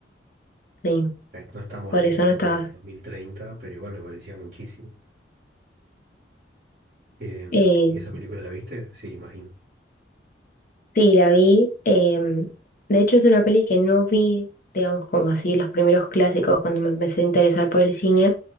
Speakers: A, on the left; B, on the right.
A: Sí,
B: sea, no estamos
A: por
B: lejos
A: eso no estaba.
B: de 2030, pero igual me parecía muchísimo. Em,
A: Eh,
B: ¿y esa película la viste? Sí, imagino.
A: sí, la vi. em, de hecho, es una peli que no vi, digamos, como así, los primeros clásicos cuando me empecé a interesar por el cine,